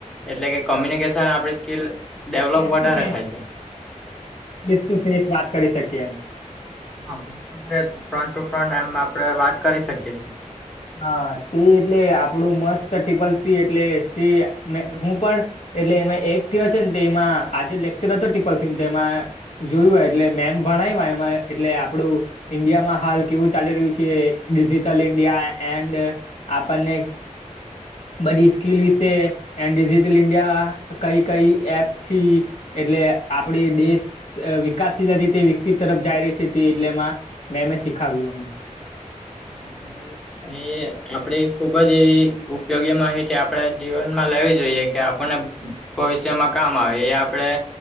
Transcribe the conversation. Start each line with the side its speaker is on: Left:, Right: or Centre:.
Centre: એટલે કે કોમ્યુનિકેશન આપડી સ્કીલ. ડેવલોપ
Left: ફેસ
Centre: વધારે
Left: ટુ ફેસ,
Centre: થાય છે.
Left: ફેસ ટુ ફેસ વાત કરી શકી એમ.
Centre: હા, ફેસબુક ફ્રન્ટ ટુ ફ્રન્ટ એમ આપડે વાત કરી શકીય છીએ.
Left: હા, સ એટલે આપડું મસ્ત ટિપલ સી એટલે સ હું પણ. એટલે એમાં એટ થયો છે ને, તો એમાં આજે લેક્ચર હતો, પલસી તો એમાં. જોયું હો, એટલે મેમ ભણાવ એમાં એટલે આપડું. ઈન્ડિયા માં હાલ કેવું ચાલી રહ્યું છે? Digital India. એન્ડ આપણને બધી સ્કીલ વિશે એન્ડ ડિજિટલ ઇન્ડિયા કઈ કઈ એપ થી એટલે આપડી દેશ વિકાસ થી જતે વિકસિત તરફ જઈ રહી છે, એટલે એમાં મેમે શીખાવ્યું અમને.
Centre: અને એ આપડી ખુબ જ એવી ઉપયોગી માહિતી આપડે જીવન માં લેવી જોઈએ. કે આપણને ભવિષ્યમાં કામ આવે એ આપણે.